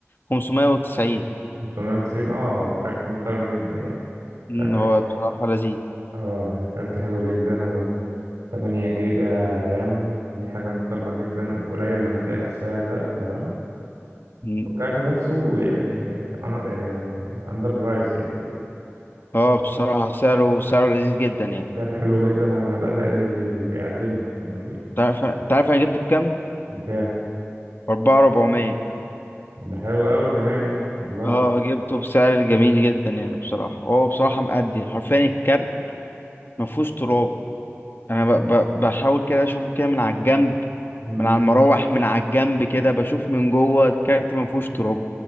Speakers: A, on the left; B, on the right.
A: 590
B: 590 اه كارت محترم جدا يعني
A: مم،
B: كارت
A: هو
B: حلو
A: بصراحة لذيذ
B: اه يعني كارت حلو جدا و 8 جيجا رام دي حاجة محترمة جدا قليل لما تلاقيها في السعر ده تمام
A: مم.
B: والكارت نفسه يعني أن- يعني اندر برايس يعني
A: اه بصراحة سعره سعره لذيذ جدا يعني
B: سعر حلو جدا على الأداء اللي بي- بيقدمه فاهمني
A: تعرف تعرف انا جبته بكام؟
B: بكام
A: أربعة ربعمية
B: ده حلو قوي كمان يعني والله
A: اه جبته بسعر جميل جدا يعني بصراحة هو بصراحة مأدي حرفيا الكارت مفهوش تراب أنا ب... ب... بحاول كده أشوفه كده من على الجنب
B: مم.
A: من على المراوح من على الجنب كده بشوف من جوه الكارت مفهوش تراب